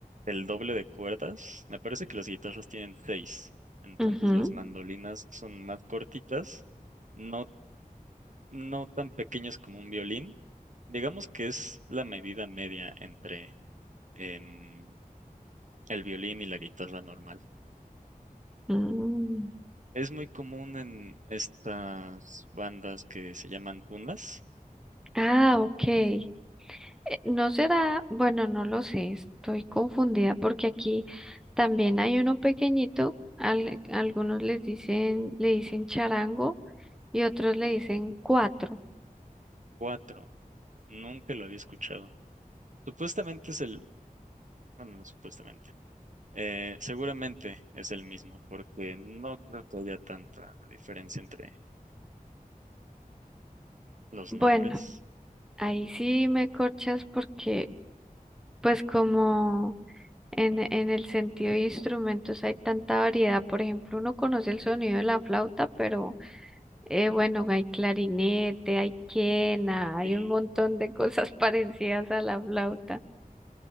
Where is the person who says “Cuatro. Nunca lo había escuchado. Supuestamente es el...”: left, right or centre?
Right